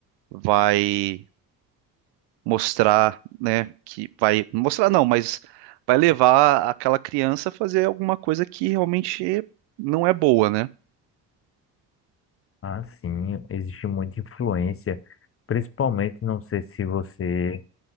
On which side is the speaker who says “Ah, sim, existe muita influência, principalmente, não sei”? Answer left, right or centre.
Left